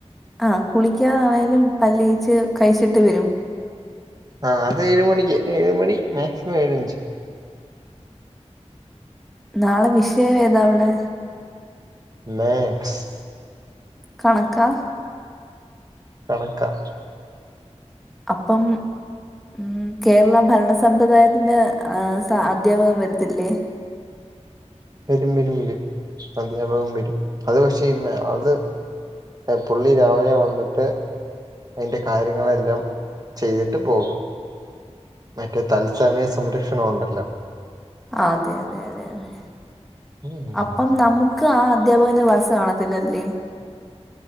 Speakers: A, in the centre; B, on the right.
A: ആഹ് കുളിക്കാതാണെലും പല്ല് തേച്ച് കഴിച്ചിട്ട് വരും
B: ആഹ് അതേഴ് മണിക്ക് ഏഴ് മണി മാക്സിമം ഏഴഞ്ച്
A: നാളെ വിഷയം ഏതാവിടെ
B: മാത്സ്
A: കണക്കാ
B: കണക്കാ
A: അപ്പം ഉം കേരള ഭരണ സമ്പ്രദായത്തിന്റെ ആ സ അദ്ധ്യാപകൻ വര്ത്തില്ലേ
B: വരും വരും വരും അധ്യാപകൻ വരും അത് പക്ഷേ അത് പുള്ളി രാവിലെ വന്നിട്ട് അതിന്റെ കാര്യങ്ങളെല്ലാം ചെയ്തിട്ട് പോകും മറ്റേ തത്സമയ സംരക്ഷണം ഒണ്ടല്ലോ
A: ആഹ് അതെയതെയതെതെ
B: ഉം
A: അപ്പം നമു ക്കാ ആ അധ്യാപകന്റെ ക്ലാസ്സ് കാണത്തില്ലല്ലേ